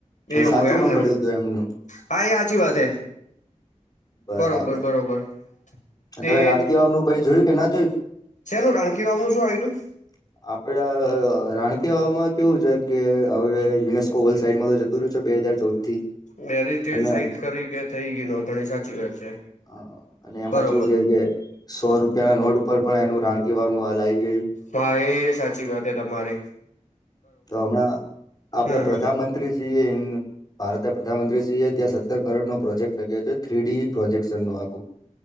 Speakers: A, on the left; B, on the left.
A: અને
B: એવું
A: સાચું
B: એમને
A: પણ પડ્યું હતું એમનું
B: હા એ સાચી વાત હે
A: બરાબર
B: બરોબર બરોબર.
A: અને
B: તે
A: તમે રાણકી વાવનું ભાઈ જોયું કે ના
B: છે, નું રાણકી વાવનું શું આયુ તું
A: . આપડા રાણકી વામાં કેવું છે, કે હવે યુનેસ્કો વર્લ્ડ સાઈડમાં તો જ તુ રયુ છે, બેે હજાર ચૌવુદ થી
B: બેરિટેજ
A: અને
B: સાઈટ કરી કે થઈ ગયું નોથણી સાચી વાત છે,
A: અ,
B: બરો
A: <unintelligible> કે કે સો રૂપિયા ના નોટ ઉપર પણ એનું રાણકી વાવનું હાલ આવી ગયું
B: મા એ સાચી વાત હે તમારે
A: તો હમણાં આપડા
B: હમ
A: પ્રધાનમંત્રીશ્રીએન ભારતના પ્રધાનમંત્રીશ્રીએ ત્યાં સત્તર કરોડનો પ્રોજેક્ટ લગ્યો તો થ્રી ડી પ્રોજેકશન નું આખું.